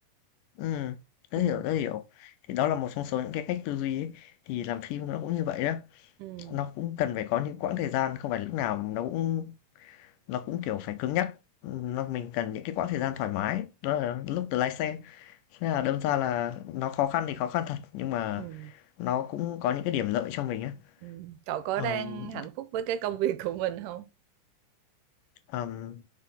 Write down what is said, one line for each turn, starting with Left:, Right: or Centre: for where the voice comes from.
Left: Ừm, tớ
Right: ừ,
Left: hiểu, tớ hiểu. Thì đó là một trong số những cái cách tư duy ấy, thì làm phim nó cũng như vậy đó,
Right: ừ,
Left: nó cũng cần phải có những quãng thời gian, không phải lúc nào nó cũng nó cũng kiểu phải cứng nhắc nó mình cần những cái quãng thời gian thoải mái đó là lúc từ lái xe thế là đâm ra là nó khó khăn thì khó khăn thật nhưng mà
Right: ừ,
Left: nó cũng có những cái điểm lợi cho mình á
Right: ừ. cậu có
Left: Ờm,
Right: đang hạnh phúc với cái công việc của mình không
Left: ờm,